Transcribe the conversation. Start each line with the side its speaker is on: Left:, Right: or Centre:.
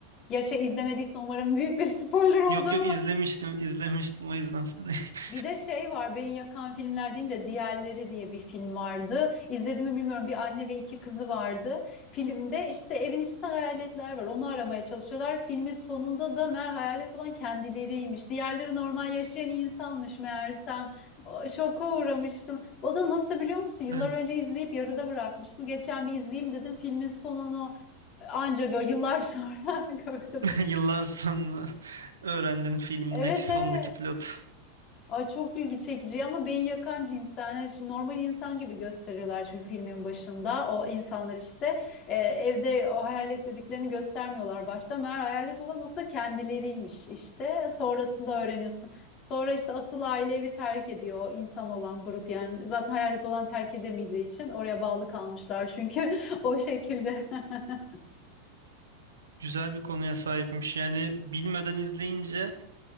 Left: Yaşa izlemediysen umarım büyük bir spoiler oldu
Right: yok yok izlemiştim izlemiştim o yüzden sana. <laughs>
Left: bir de şey var beyin yakan filmler deyince Diğerleri diye bir film vardı. İzlediğimi bilmiyorum bir anne ve iki kızı vardı. Filmde işte evin içinde hayaletler var onu aramaya çalışıyorlar. Filmin sonunda da meğer hayalet olan kendileriymiş. Diğerleri normal yaşayan insanmış meğersem. O- Şoka uğramıştım. O da nasıl biliyor musun? Yıllar
Right: Evet.
Left: önce izleyip yarıda bırakmıştım. Geçen bir izleyeyim dedim filmin sonunu anca gör yıllar sonra <laughs> gördüm.
Right: <laughs> Yıllar sonra öğrendin filmindeki
Left: Evet evet.
Right: sondaki plot.
Left: Ay çok ilgi çekici ama beyin yakan cinsten. Hani şu normal insan gibi gösteriyorlar çünkü filmin başında. O insanlar işte e, evde o hayalet dediklerini göstermiyorlar başta. Meğer hayalet olan asıl kendileriymiş işte. Sonrasında öğreniyorsun. Sonra işte asıl aile evi terk ediyor o insan olan grup yani. Zaten hayalet olan terk edemeyeceği için oraya bağlı kalmışlar çünkü <laughs> o şekilde. <laughs>
Right: Güzel bir konuya sahipmiş. Yani bilmeden izleyince